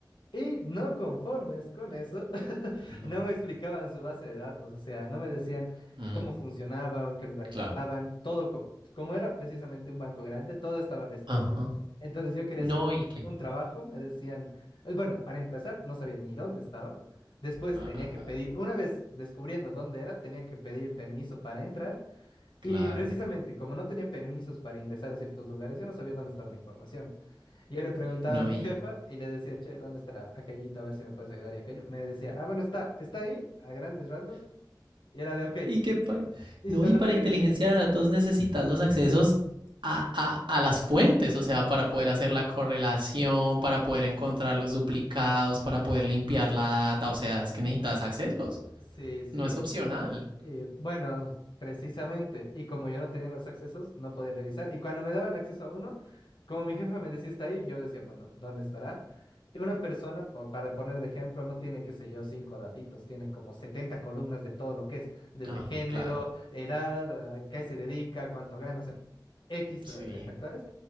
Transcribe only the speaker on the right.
No.
Mm,
claro.
Ajá.
No,
y que.
Ah,
claro.
No,
y.
Y que para.
No,
y
para
inteligencia
de datos necesitas los accesos a, a, a las fuentes, o sea, para poder
hacer la correlación, para poder encontrar los duplicados, para poder limpiar la data. O sea, es que necesitas accesos.
No es opcional.
Ah,
claro.
Sí.